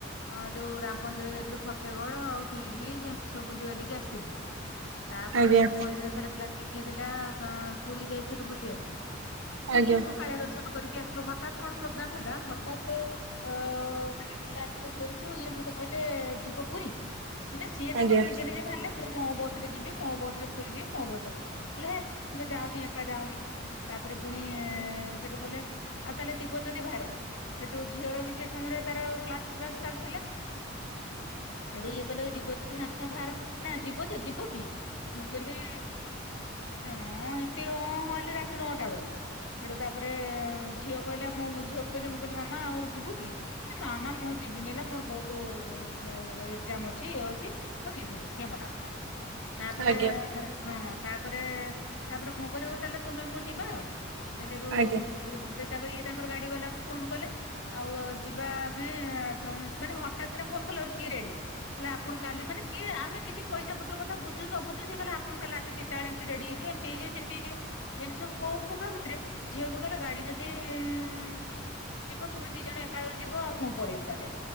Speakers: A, on the left; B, on the right.
A: ଅ ଯୋଉ ରାମ ମନ୍ଦିର ଯାଇଥିଲୁ ଫତେଗଡ ଆଉ ସି ବ୍ରିଚ୍ ଏମିତି ସବୁ ବୁଲି ବାଲିକି ଆସଥିଲୁ। ତାପରେ
B: ଆଜ୍ଞା।
A: ମଝିରେ ଥରେ ପ୍ଲାନିଂ ହେଇଥିଲା କ ପୁରୀ ଯାଇଥିଲୁ ବୁଲିଆ ପାଇଁ। ପୁରୀରୁ
B: ଆଜ୍ଞା।
A: କାଳିଆ ଦର୍ଶନ କରିକି ଆସିଲୁ ଘ ହଠାତ କଣ ପ୍ରୋଗ୍ରାମ ହେଲା ହଠାତ ଆ ମାନେ ଏମତି ରାତିରେ ଶୋଇଛୁ ଇଏ ମତେ କହିଲେ ଯିବ ପୁରୀ ସିଏ ତାଙ୍କର
B: ଆଜ୍ଞା।
A: ନିଜେ ନିଜେ ବାହିରିଲେ ମୁଁ ମୋ ବସ ରେ ଯିବି, ମୋ ବସରେ ପୁରୀ ଯିବି, ମୋ ବସରେ ମୁଁ କହିଲି ହେ ତମେ ଯାଅନି, ଏକା ଯାଅନି। ତାପରେ ପୁଣି ସେଠୁ କଲେ ଆଉ ତାହେଲେ ଯିବ ଯଦି ବାହାର। ସେଠୁ ଝିଅର ବି ସେ ସମୟରେ ତାର କ୍ଲାସ ଫ୍ଲାସ ଚାଲଥିଲା। ସାଉଠୁ ଇଏ କହିଲେ ଯିବ ଯଦି ସାଙ୍ଗେ ସାଙ୍ଗେ ବାହାର ନା ଯିବ ଯଦି ଯିବୁ କି? ମୁଁ କହିଲି ହଁ ଏମିତି ଅଁ ମୁଁ ଭାବଲି ରାତି ନଅଟା ବେଳେ ସେଠୁ ତାପରେ ଝିଅ କହିଲା ମୁଁ ମ ଝିଅକୁ କହିଲି ମୁଁ କହିଲି ମାମା ଆଉ ଯିବୁ କି? ଏ ନା ନା ମୁଁ ଯିବିନି ଏନା ମୋର ବହୁତୁ ମ ଏକ୍ସାମ ଅଛି, ଇଏ ଅଛି, ମୁଁ ଯିବିନି ସିଏ ମନା କଲା। ତାପରେ
B: ଆଜ୍ଞା
A: ହଁ। ତାପରେ ତାପରେ ମୁଁ କହିଲି ହଉ ତାହାଲେ ତୁମେ ମୁଁ ଯିବା ଆଉ ସେ ସେଉଠୁ
B: ଆଜ୍ଞା।
A: <unintelligible> ତାପରେ ଇ ତାଙ୍କର ଗାଡି ବାଲାକୁ ଫୋନ କଲେ ଆଉ ଯିବା ଆମେ ଆ ତମେ <unintelligible> ନା ଆଉ ହଠାତ୍ କିନା ଫୋନ କ ଲାରୁ ସିଏ ରେଡ଼ି। କଲେ ଆପଣ କାଲି ମାନେ ସି ଆମେ କିଛି ପଇସା ପତର କଥା ବୁଝୁ ନ ବୁଝୁ, ସିଏ କିହିଲେ ଆପଣ କାଲି ରାତିି ତିନଟା ବେଳେ ଏମତି ରେଡି ହେଇ ଇଏ ଏମିତି ହେଇଯିବ ସେମତି ହେଇଯିବ ଏମି ସବୁ କହୁ କହୁ କା ଭିତରେ ଝିଅ ବୋହୁ କହିଲା ଗାଡି ଯଦି ଉଁ ଯିବ ତୁମେ ଦି ଜଣ ଏକାବେଳେ ଯିବ, ମୁଁ ପଳେଇବି ତାହେଲେ।